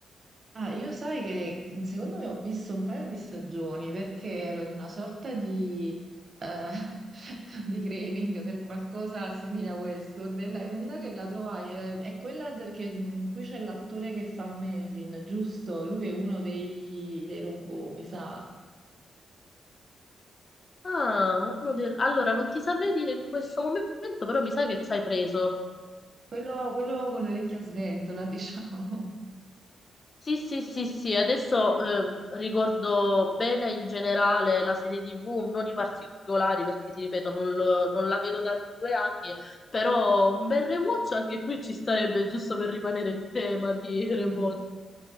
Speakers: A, on the right; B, on the left.
A: Ah, io sai che secondo me ho visto un paio di stagioni perché ero in una sorta di, eh, <laughs> di craving per qualcosa simile a Westworld e, la- e mi sa che la trovai, eh, è quella del- che- in cui c'è l'attore che fa Merlin, giusto? Lui è uno dei, dei robot, mi sa.
B: Ah, uno del- allora non ti saprei dire in questo momento, però mi sa che ci hai preso.
A: Quello, quello con l'orecchia sventola, <laughs> diciamo.
B: Sì, sì, sì, sì, adesso ehm, ricordo bene in generale la serie TV, non i particolari perché ti ripeto non, lo- non la vedo da due anni, però un bel rewatch anche qui ci starebbe giusto per rimanere in tema di rewatch.
A: Mm.